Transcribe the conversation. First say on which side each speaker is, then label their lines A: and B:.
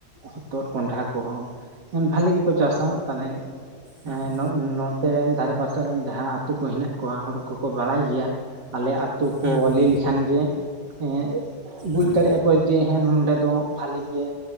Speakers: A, on the right (about 80°); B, on the right (about 35°).
A: ᱦᱚᱛᱚᱫ ᱠᱚᱸᱰᱷᱟ ᱠᱚᱦᱚᱸ᱾ ᱵᱷᱟᱞᱤ ᱜᱮᱠᱚ ᱪᱟᱥᱟ ᱛᱟᱞᱦᱮ
B: ᱦᱩᱸ
A: ᱮ ᱱᱚ ᱱᱚᱛᱮ ᱫᱷᱟᱨᱮ ᱯᱟᱥᱮ ᱨᱮᱱ ᱡᱟᱦᱟᱸ ᱟᱛᱳ ᱠᱚ ᱦᱮᱱᱟᱜ ᱠᱚᱣᱟ ᱦᱳᱲ ᱠᱚᱠᱚ ᱵᱟᱲᱟᱭ ᱜᱮᱭᱟ ᱟᱞᱮ ᱟ ᱛᱩ ᱠᱚ
B: ᱦᱩᱸ ᱦᱩᱸ
A: ᱞᱟᱹᱭ ᱞᱮ ᱠᱷᱟᱱ ᱜᱮ ᱮ ᱵᱩᱡᱽ
B: ᱦᱩᱸ
A: ᱫᱟᱲᱮᱭᱟᱜᱼᱟ ᱠᱚ ᱡᱮ ᱦᱮ ᱱᱚᱰᱮ ᱫᱚ ᱵᱷᱟᱞᱤ ᱜᱮ